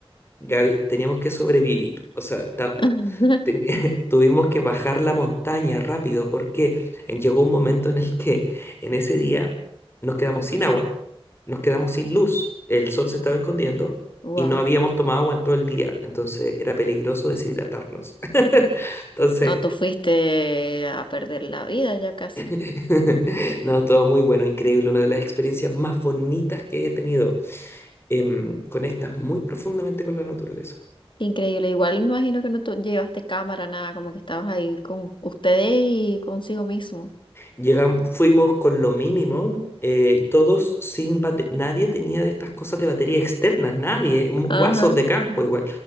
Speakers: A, on the left; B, on the left.
A: Gaby- teníamos que sobrevivir. O sea, ta-
B: <laughs>
A: teni- <laughs> tuvimos que bajar la montaña rápido porque en- llegó un momento en el que en ese día nos quedamos sin agua, nos quedamos sin luz, el sol se estaba escondiendo
B: Wow.
A: y no habíamos tomado agua en todo el día, entonces era peligroso deshidratarnos. <laughs> Entonces,
B: No, tú fuiste a perder la vida ya casi.
A: <laughs> no, todo muy bueno, increíble, una de las experiencias más bonitas que he tenido. Em, conectas muy profundamente con la naturaleza.
B: Qué Increíble, igual me imagino que no tu- llevaste cámara, nada, como que estabas ahí con ustedes y consigo mismo.
A: Llegamos, fuimos con lo mínimo, eh, todos sin bate- nadie tenía de estas cosas de batería externas, nadie, mu- guasos
B: Ajá.
A: de campo igual.